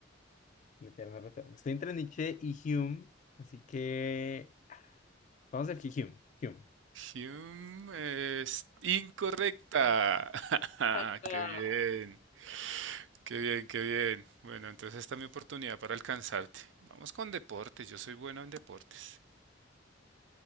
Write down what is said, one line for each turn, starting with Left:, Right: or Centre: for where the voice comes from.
Left: El eterno retorno. Estoy entre Nietzsche y Hume, así que vamos a ver que Hume. Hume.
Right: Hume es incorrecta.
Left: Eh,
Right: <laughs>
Left: hasta-
Right: Qué bien, qué bien, qué bien. Bueno, entonces esta es mi oportunidad para alcanzarte. Vamos con deportes, yo soy bueno en deportes.